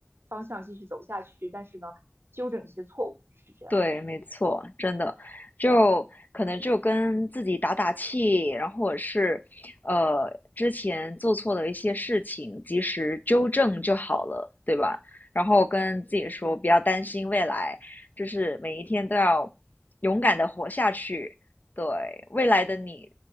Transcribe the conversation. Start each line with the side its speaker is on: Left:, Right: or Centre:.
Right: 方向继续走下去，但是呢，纠正一些错误是这样。
Left: 对，没错，真的，就可能就跟自己打打气，然后或者是，呃，之前做错的一些事情，及时纠正就好了，对吧？然后跟自己说，
Right: 嗯
Left: 不要担心未来，就是每一天都要勇敢的活下去。对，未来的你，